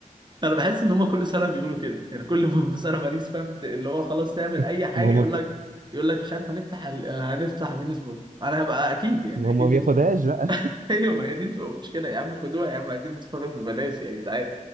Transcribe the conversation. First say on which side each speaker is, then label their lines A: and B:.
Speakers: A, on the right; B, on the right.
A: انا بحس ان هم كل سنه بيقولوا كده يعني كل <laughs> ف- في سنه باريس فهمت اللي هو خلاص تعمل
B: <laughs>
A: اي حاجه
B: ما
A: يقول
B: هو
A: لك يقول لك مش عارف هنفتح ال... هنفتح بين سبورت انا هبقى اكيد يعني
B: ما هو
A: اكيد
B: ما بياخدهاش بقى
A: <laughs> ايوه ما هي دي بتبقى مشكله يا عم خدوها يا عم عايزين نتفرج ببلاش يا جدعان